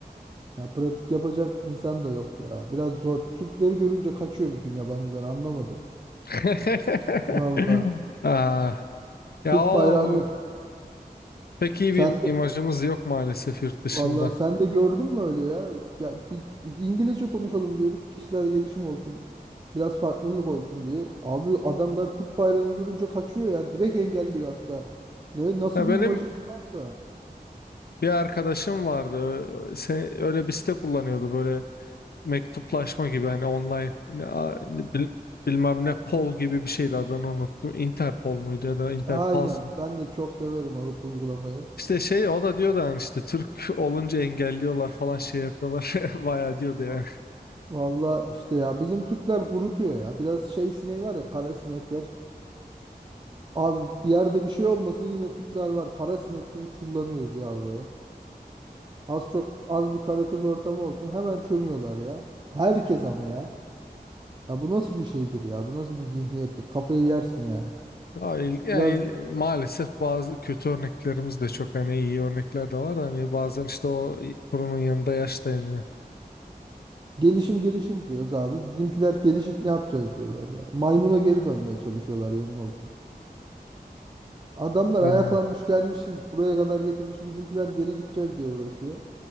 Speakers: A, on the right (about 30°); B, on the left (about 70°).
A: Ya pratik yapacak insan da yok ya. Biraz zor. Türkleri görünce kaçıyor bütün yabancılar anlamadım.
B: <laughs>
A: Valla
B: Ah, ya
A: Türk
B: o
A: bayrağını
B: pek iyi
A: sen
B: bir im- imajımız yok maalesef yurt dışında.
A: Vallahi sen de gördün mü öyle ya? Ya bir İngilizce konuşalım diyoruz. Kişisel gelişim olsun. Biraz farklılık olsun diye. Abi adamlar Türk bayrağını görünce kaçıyor ya. Direkt engelliyor hatta. Ne, nasıl
B: Ya
A: bir
B: benim
A: imajımız varsa.
B: bir arkadaşım vardı. Se- öyle bir site kullanıyordu böyle mektuplaşma gibi hani online ne- a- ne bil- bilmem ne Pol gibi bir şeydi adını unuttum. Interpol muydu ya da Interpals
A: Aynen.
B: mı?
A: Ben de çok severim o uygulamayı.
B: İşte şey o da diyordu yani işte Türk <laughs> olunca engelliyorlar falan şey yapıyorlar. <laughs> Bayağı diyordu yani.
A: Va- Vallahi işte ya bizim Türkler gurutuyor ya. Biraz şey sineği var ya kara sinekler. Abi bir yerde bir şey olmasın yine Türkler var. Kara sinek gibi çullanıyoruz ya oraya. Az çok az bir karı kız ortamı olsun hemen çömüyorlar ya. Herkes ama ya. Ya bu nasıl bir şeydir ya? Bu nasıl bir zihniyettir? Kafayı yersin ya.
B: Ya, il- ya,
A: Biraz
B: il- maalesef bazı kötü örneklerimiz de çok hani iyi örnekler de var da hani bazen işte o fırının yanında yaş dayanıyor.
A: gelişim gelişim diyoruz abi. Bizimkiler gelişip ne yapacağız diyorlar ya. Maymuna geri dönmeye çalışıyorlar yemin olsun. Adamlar
B: Ha,
A: ayaklanmış gelmişiz buraya kadar getirmiş bizimkiler geri gideceğiz diye uğraşıyor.